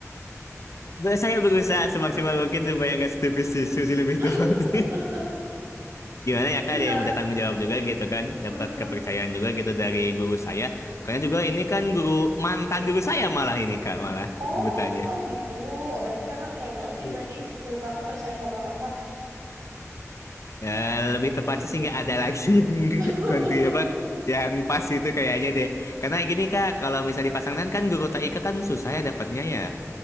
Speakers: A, on the left; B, on the right.
A: Saya berusaha semaksimal mungkin supaya nggak setipis tisu sih lebih
B: <laughs>
A: tepat. <laughs> Gimana ya
B: Bisa.
A: Kak, ada yang udah tanggung jawab juga gitu kan, dapat
B: mm-mm.
A: kepercayaan juga gitu dari guru saya. Karena juga ini kan guru mantan guru saya malah ini Kak, malah
B: Oh,
A: sebutannya.
B: oh gitu. Oh, berarti kakak keren banget sih.
A: Iya.
B: Berarti guru kakak percaya sama kakak.
A: Ya, lebih tepatnya sih nggak ada lagi <laughs> yang
B: <laughs>
A: kontri apa yang pas itu kayaknya deh. Karena gini Kak, kalau misalnya dipasangkan kan guru TIK kan susah ya dapatnya ya.